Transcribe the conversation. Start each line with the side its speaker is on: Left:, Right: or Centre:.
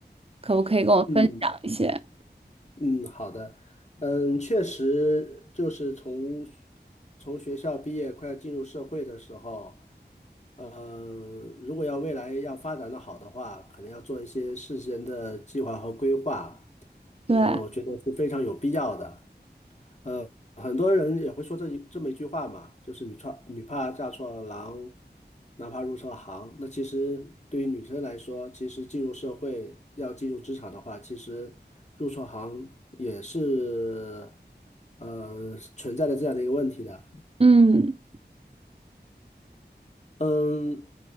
Right: 可不可以跟我分享一些？
Left: 嗯嗯，好的，嗯，确实就是从从学校毕业，快要进入社会的时候，嗯，如果要未来要发展的好的话，可能要做一些事先的计划和规划，
Right: 对，
Left: 嗯，我觉得是非常有必要的。呃，很多人也会说这一这么一句话嘛，就是女怕女怕嫁错郎，男怕入错行。那其实对于女生来说，其实进入社会要进入职场的话，其实入错行也是呃存在的这样的一个问题的。
Right: 嗯
Left: 嗯，